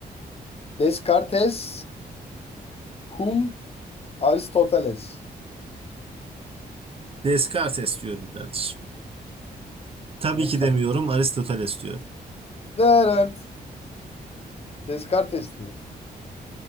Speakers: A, on the left; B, on the right.
A: Descartes, Hume, Aristoteles.
B: Descartes diyorum kardeşim. Tabii
A: Oğlum
B: ki
A: sen.
B: demiyorum Aristoteles diyorum.
A: Dırınt. Descartes'ti.